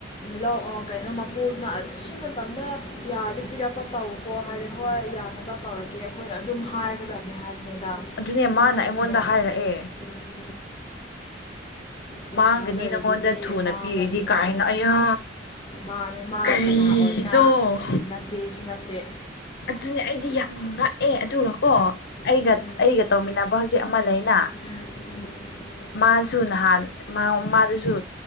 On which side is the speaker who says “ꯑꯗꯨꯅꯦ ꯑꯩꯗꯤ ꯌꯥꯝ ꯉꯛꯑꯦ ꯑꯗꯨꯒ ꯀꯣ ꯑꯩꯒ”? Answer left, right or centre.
Left